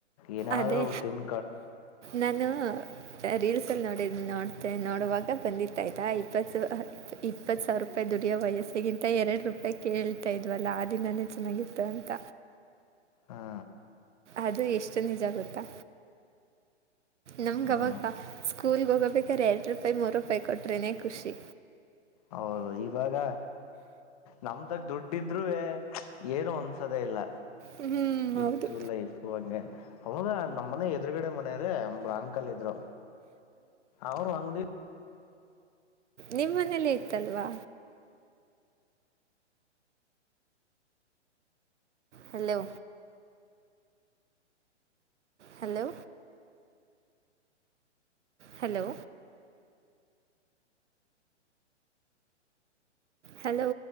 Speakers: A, on the left; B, on the right.
A: ಏನಾದ್ೂ
B: ಅದೇ
A: ತಿನ್
B: ನಾನು ರೀಲ್ಸ್ ಅಲ್ಲಿ ನೋಡ ನೋಡ್ತೆ ನೋಡುವಾಗ ಬಂದಿತ್ತ ಆಯ್ತಾ ಇಪ್ಪತ್ತು ಇಪ್ಪತ್ ಸಾವಿರ ರೂಪಾಯಿ ದುಡಿಯೋ ವಯಸ್ಸೆಗಿಂತ ಎರಡು ರೂಪಾಯಿ ಕೇಳ್ತಾ ಇದ್ವಲ್ಲ ಆದ ದಿನನೇ ಚೆನ್ನಾಗಿತ್ತ ಅಂತ
A: ಹಾ
B: ಅದು ಎಷ್ಟು ನಿಜ ಗೊತ್ತಾ ನಮ್ಗೆ
A: ಹ್ಞೂ
B: ಅವಾಗ ಸ್ಕೂಲ್ ಹೋಗಬೇಕಾದ್ರೆ ಎರಡು ರೂಪಾಯಿ ಮೂರು ರೂಪಾಯಿ ಕೊಟ್ರೇನೆ ಖುಷಿ
A: ಹೌದು ಇವಾಗ ನಮ್ದಾಗ ದುಡ್ಡಿದ್ೂೇ ಏನೂ ಅನ್ಿಸೋದೇ ಇಲ್ಲ
B: ಹ್ಞೂ
A: ಇತ್ತು
B: ಹೌದು
A: ಲೈಫ್ ಓ ಹಂಗೆ ಅವಾಗ ನಮ್ಮನೆ ಎದುರುಗಡೆ ಮನೆಯವ್ರೆ ಒಬ್ರಂಕಲ್ ಇದ್ರು. ಅವ್ರು ಅಂಗ್ಡಿ
B: ನಿಮ್ಮನೇಲ್ಲೇ ಇತ್ತಲ್ವಾ? Hello hello hello hello